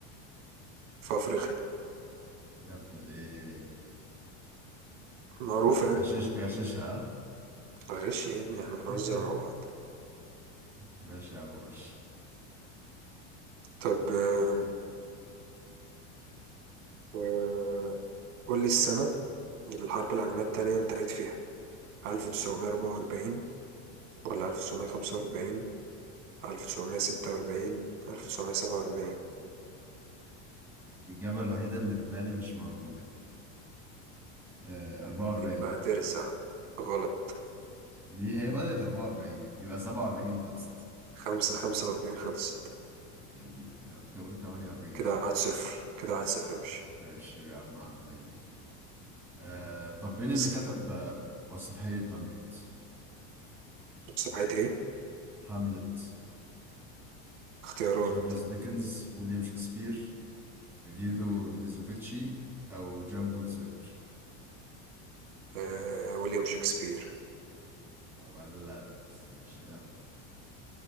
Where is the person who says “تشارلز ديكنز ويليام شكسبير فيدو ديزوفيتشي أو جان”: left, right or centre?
Centre